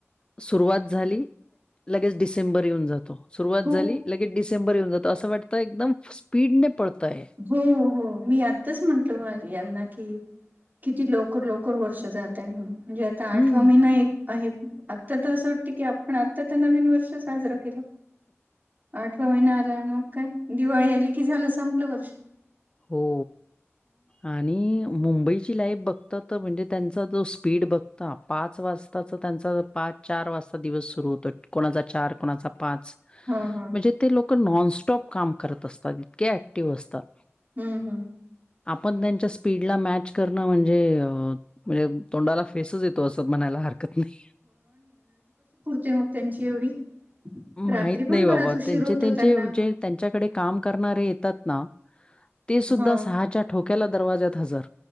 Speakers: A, on the left; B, on the right.
A: सुरुवात झाली लगेच, डिसेंबर येऊन जातो. सुरुवात
B: हो
A: झाली लगेच डिसेंबर येऊन जातो. असं वाटतंय, एकदम स्पीडनेे पळतय.
B: हो, हो. मी आत्ताच म्हंटल, माझ यांना की किती लवकर, लवकर वर्ष जाता आहे म्हणून म्हणजे, आता
A: हम्म
B: आठवा महिना ऐत आहे. आता त असं वाटतंय की आपण आता त नवीन वर्ष साजरं केलं. आठवा महिना आला मग काय, दिवाळी आली की झाला संपलं वर्षं.
A: हो आणि मुंबईची लाईफ बघता त म्हणजे त्यांचा जो स्पीड बघता, पाच वाजताच त्यांचा पाच चार वाजता दिवस सुरू होतो, कोणाचा चार कोणाचा पाच.
B: हं हं!
A: म्हणजे ते लोक नॉनस्टॉप काम करत असतात, इतके ऍक्टिव्ह असतांत.
B: हूं हूं!
A: आपण त्यांच्या स्पीडला मॅच करणं म्हणजे अ म्हणजे तोंडाला फेसच येतो, असं म्हणायला हरकत नाहीं.
B: ते मग त्यांची एवढी रात्री
A: माहित
B: पण
A: नाही
B: बराच
A: बाबा
B: उशीर
A: त्यांचे,
B: होतो
A: त्यांचे
B: त्यांना
A: जे त्यांच्याकडे काम करणारे येतात ना? ते सुद्धा
B: हा
A: सहाच्या ठोक्याला दरवाज्यात हजर